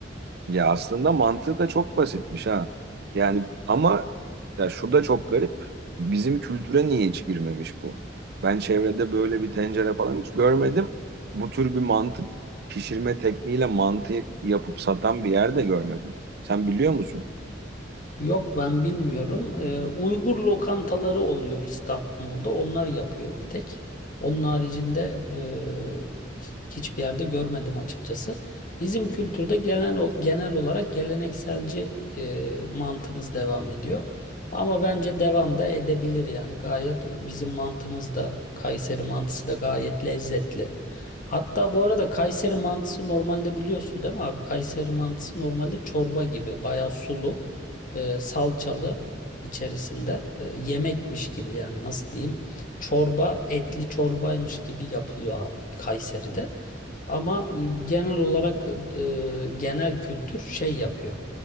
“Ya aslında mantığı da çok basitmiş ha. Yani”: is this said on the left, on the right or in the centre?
Right